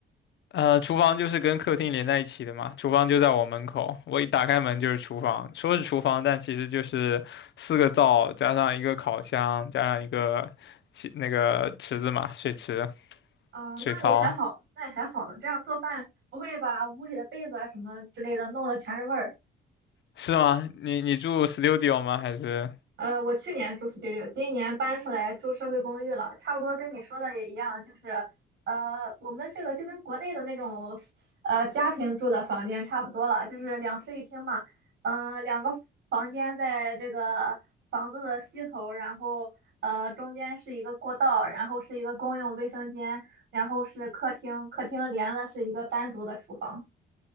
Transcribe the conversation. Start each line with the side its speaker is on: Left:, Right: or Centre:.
Left: 呃，厨房就是跟客厅连在一起的嘛，厨房就在我门口，我一打开门就是厨房，说是厨房，但其实就是四个灶加上一个烤箱，加上一个洗那个池子嘛，水池、
Right: 啊，
Left: 水槽，
Right: 那也还好，那也还好了。这样做饭不会把屋里的被子啊什么之类的弄得全是味儿。
Left: 是吗？你你住 studio 吗？还是？
Right: 呃，我去年住 studio，今年搬出来住社会公寓了，差不多跟你说的也一样，就是呃，我们这个就跟国内的那种呃家庭住的房间差不多了，就是两室一厅嘛，呃，两个房间在这个房子的西头，然后呃中间是一个过道，然后是一个公用卫生间，然后是客厅，客厅连的是一个单独的厨房。